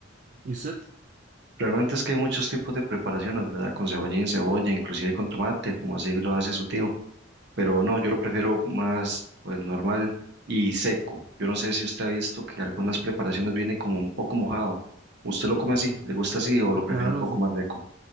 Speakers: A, on the right; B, on the right.
A: ¿Y usted?
B: Realmente es que hay muchos tipos de preparaciones, ¿verdad? Con cebollín, cebolla, inclusive con tomate, como así lo hace su tío. Pero no, yo lo prefiero más, pues, normal y seco. Yo no sé si usted ha visto que algunas preparaciones viene como un poco mojado. ¿Usted lo come así? ¿Le gusta así o lo prefiere
A: Claro,
B: un poco
A: de
B: más seco?